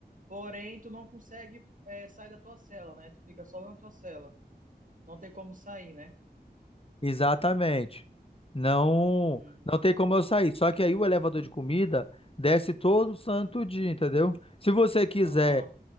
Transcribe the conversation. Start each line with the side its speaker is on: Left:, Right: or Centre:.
Right: porém tu não consegue, é, sair da tua cela, né? Tu fica só na tua cela. Não tem como sair, né?
Left: Exatamente. Não,
Right: Uhum.
Left: não tem como eu sair. Só que aí o elevador de comida desce todo santo dia, entendeu? Se você quiser,
Right: Aham.